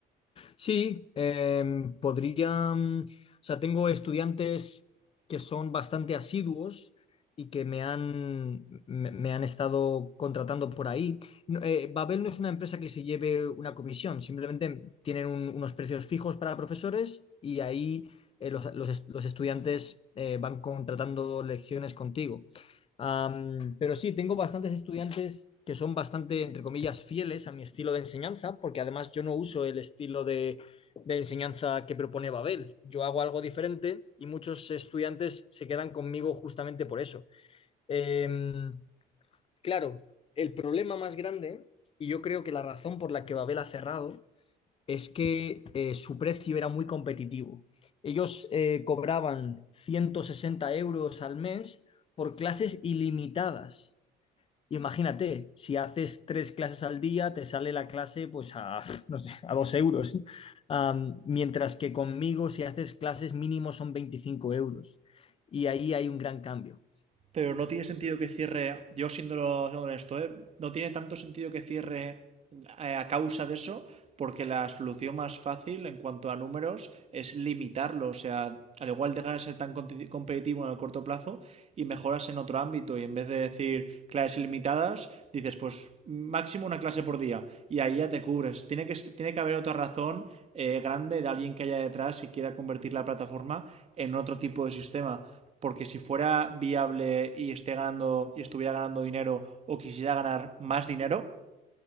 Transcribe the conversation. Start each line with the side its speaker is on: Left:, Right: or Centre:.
Left: Sí, em, podría, mm, o sea, tengo estudiantes que son bastante asiduos y que me han, me, me han estado contratando por ahí. No, eh, Babel no es una empresa que se lleve una comisión, simplemente tienen un- unos precios fijos para profesores y ahí eh, los, los, los estudiantes eh, van contratando lecciones contigo. Am, pero sí, tengo bastantes estudiantes que son bastante, entre comillas, fieles a mi estilo de enseñanza, porque además yo no uso el estilo de, de enseñanza que propone Babel. Yo hago algo diferente y muchos estudiantes se quedan conmigo justamente por eso. Em, claro, el problema más grande, y yo creo que la razón por la que Babel ha cerrado, es que eh, su precio era muy competitivo. Ellos eh, cobraban 160 euros al mes por clases ilimitadas. Y Imagínate, si haces tres clases al día, te sale la clase pues a, <laughs> no sé, a dos euros. ¿eh? Am, mientras que conmigo, si haces clases mínimo son 25 euros. Y ahí hay un gran cambio.
Right: Pero no tiene sentido que cierre, yo siendo honesto, ¿eh? no tiene tanto sentido que cierre eh, a causa de eso, porque la solución más fácil en cuanto a números es limitarlo. O sea, al igual dejar de ser tan competitivo en el corto plazo y mejoras en otro ámbito. Y en vez de decir clases ilimitadas, dices pues máximo una clase por día y ahí ya te cubres. Tiene que, tiene que haber otra razón eh, grande de alguien que haya detrás y quiera convertir la plataforma en otro tipo de sistema porque si fuera viable y, esté ganando, y estuviera ganando dinero o quisiera ganar más dinero,